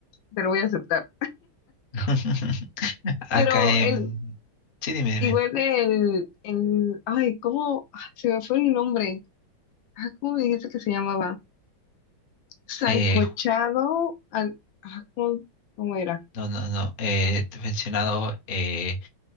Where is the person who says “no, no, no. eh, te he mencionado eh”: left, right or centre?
Left